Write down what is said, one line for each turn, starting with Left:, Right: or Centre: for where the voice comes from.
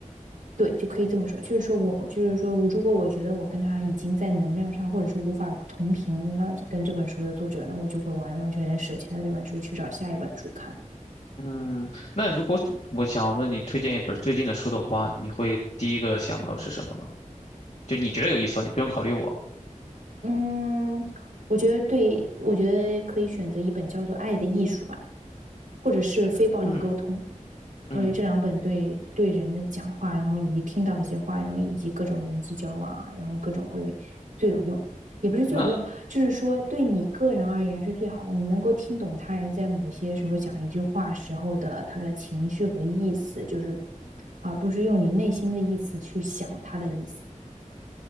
Right: 对，就可以这么说，就是说我，就是说我，如果我觉得我跟他已经在能量上，或者是无法同频了，跟这本书的作者呢，我就会完完全全舍弃了这本书，去找下一本书看。
Left: 嗯，那如果我想问你推荐一本最近的书的话，你会第一个想到的是什么呢？就你觉得有意思，你不用考虑我。
Right: 嗯，我觉得对，我觉得可以选择一本叫做《爱的艺术》吧，或者是《非暴力沟通》。
Left: 嗯嗯，
Right: 我觉得这两本对对人的讲话，然后以及听到一些话，然后以及各种人际交往啊，然后各种会最有用，也不是最有用，
Left: 那
Right: 就是说对你个人而言是最好的。你能够听懂他人在某些时候讲一句话时候的他的情绪和意思，就是而不是用你内心的意思去想他的意思。